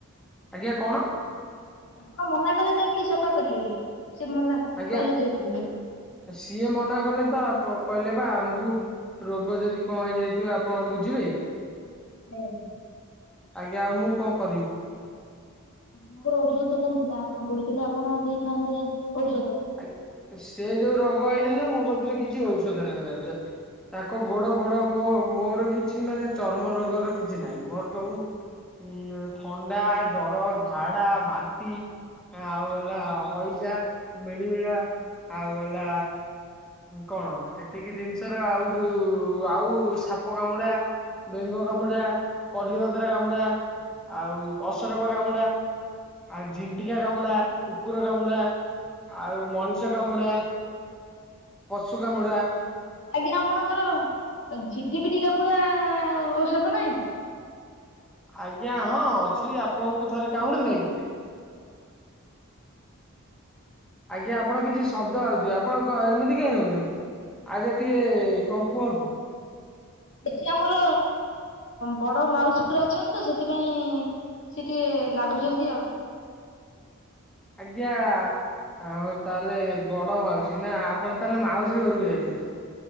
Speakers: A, in the centre; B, on the left.
A: ଆଜ୍ଞା କଣ?
B: ଆପଣ ମନା କଲେ କାହିଁକି ସେବା କରିବାକୁ? ସେ ମନା
A: ଆଜ୍ଞା
B: କହିଲେ ଯେହେତୁ
A: ମୁଁ ସିଏ ମନା କଲେ ତ ଆପ କହିଲେ ବା ଆମକୁ ରୋଗ ଯଦି କଣ ହେଇଯାଇଥିବ ଆପଣ ବୁଝିବେ।
B: ହ
A: ଆଜ୍ଞା ଆଉ ମୁଁ କଣ କରିବି?
B: ଆପଣଙ୍କର ଔଷଧ ଦୋକାନ ଥିଲା ରୋଗହେଇଥିଲେ ଆପଣ ଦେଇଥାନ୍ତେ ଔଷଧ।
A: ଆ ସେ ଯୋଉ ରୋଗ ହେଇଥିଲା ନା ମୋ କତିରେ କିଛି ଔଷଧ <unintelligible> ତାଙ୍କ ଗୋଡ ଫୋଡ ମୋ ମୋର କିଛି ମାନେ ଚର୍ମ ରୋଗର କିଛି ନାହିଁ, ମୋର ସବୁ ଉଁ ଥଣ୍ଡା ଜର ଝାଡା ବାନ୍ତି ଆଉ ହେଲା ହଇଜା ମିଳିମିଳା ଆଉ ହେଲା କଣ ଏତିକି ଜିନିଷ ର ଆଉ ଯୋଉ ଆଉ ସାପ କାମୁଡା ବେଙ୍ଗ କାମୁଡା କଲିଗଦ୍ରା କାମୁଡା ଆଉ ଅସରପା କାମୁଡା। ଆଉ ଝିଣ୍ଟିକା କାମୁଡା କୁକୁର କାମୁଡା ଆଉ ମଣିଷ ଷ କାମୁଡ଼ା ପଶୁ କାମୁଡ଼ା।
B: ଆଜ୍ଞା ଆପଣଙ୍କର ଝିଟିପିଟି କାମୁଡା ହଁ ଔଷଧ ନାଇଁ?
A: ଆଜ୍ଞା ହଁ ଅଛି ଆପଣଙ୍କୁ ଥରେ କାମୁଡ଼ି ଥିଲା କି? ଆଜ୍ଞା ଆପଣଙ୍କ କିଛି ଶବ୍ଦ ଆସଚି ଆପଣ ଏମିତି କହିଁ ହୋଉଚି? ଆଜ୍ଞା ଟିକେ କଣ କୁହନ୍ତୁ?
B: ଏଠି ଆମର ବଡ ମାଉସୀ ଖୁରା ଅଛନ୍ତି ତ ସେଥିପାଇଁ ସେ ଟିକିଏ ଲାଗୁଛନ୍ତି ଆଉ।
A: ଆଜ୍ଞା। ଆଉ ତାହେଲେ ବଡ ମାଉସୀ ନା ଆପଣ ତାହେଲେ ମାଉସୀ ଘରକୁ ଯାଇଛନ୍ତି?